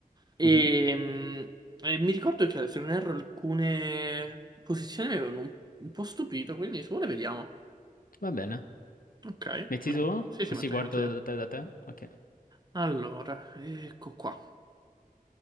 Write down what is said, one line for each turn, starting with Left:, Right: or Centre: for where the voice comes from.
Right: E,
Left: Mhm.
Right: mh, e mi ricordo che se non erro alcune posizioni mi avevano un, un po' stupito, quindi se vuole vediamo.
Left: Va bene.
Right: Ok.
Left: Metti
Right: Me-
Left: tu?
Right: Sì,
Left: Così
Right: sì, metto
Left: guardo
Right: io, metto io.
Left: da te, da te? Ok.
Right: Allora, ecco qua.